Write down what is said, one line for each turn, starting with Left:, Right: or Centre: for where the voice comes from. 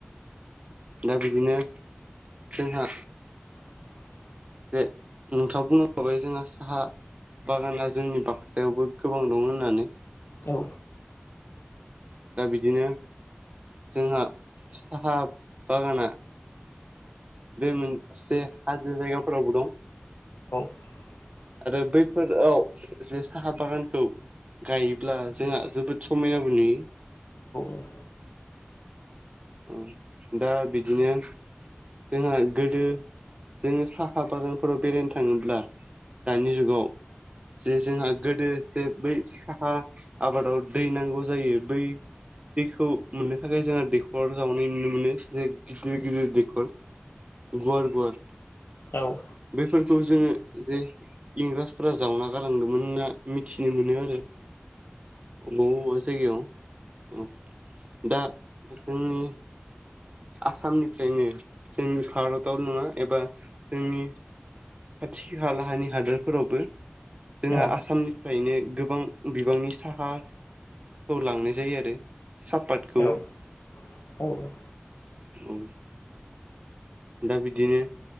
Right: दा बिदिनो जोंहा
Left: लांदां
Right: जे नोंथाङा बुंलांखाबाय जोंहा साहा बागाना जोंनि बाक्सायावबो गोबां दं होननानै
Left: औ
Right: दा बिदिनो जोंहा साहा बागाना बे मोनसे हाजो जायगाफोरावबो दं
Left: लांदां
Right: आरो बैफोराव जे साहा बागानखौ गायोब्ला जोंहा जोबोद समायनाबो नुयो
Left: लांदां
Right: ओ दा बिदिनो जोंहा गोदो जोङो साहा बागानफोराव बेरायनो थाङोब्ला दानि जुगाव जे जोंहा गोदो जे बै साहा आबादाव दै नांगौ जायो बै दैखौ मोननो थाखाय जोंहा दैखौ खर जावनाय नुनो मोनो जे गिदिर गिदिर दैखर गुवार गुवार
Left: औ
Right: बेफोरखौ जोङो जे इंराजफोरा जावना गालांदोंमोन होनना मिथिनो मोनो आरो बबेबा बबेबा जायगायाव दा जोंनि आसामनिफ्रायनो जोंनि भारताव नङा एबा जोंनि खाथि खालाहानि हादोरफोरावबो जोंहा
Left: औ
Right: आसामनिफ्रायनो गोबां बिबांनि साहा हाखौ लांनाय जायो आरो सापातखौ
Left: औ औ
Right: औ दा बिदिनो